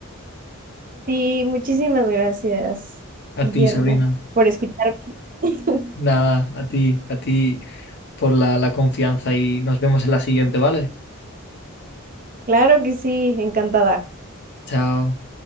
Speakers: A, on the right; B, on the left.
A: Sí, muchísimas gracias,
B: A
A: Guillermo,
B: ti, Sabrina.
A: por escucharme. <laughs>
B: Nada, a ti, a ti por la, la confianza y nos vemos en la siguiente, ¿vale?
A: Claro que sí, encantada.
B: Chao.